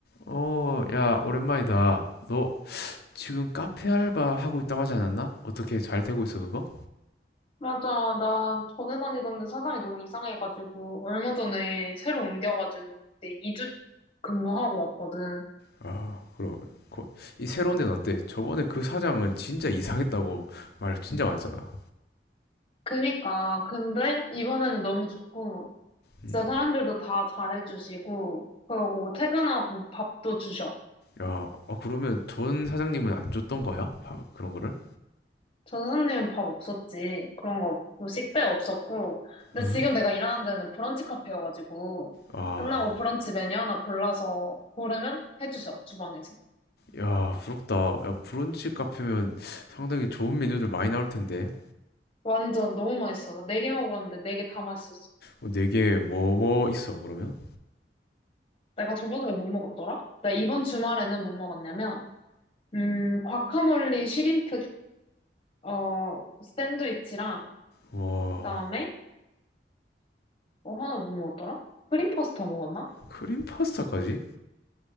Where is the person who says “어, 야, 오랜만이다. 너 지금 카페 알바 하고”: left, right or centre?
Left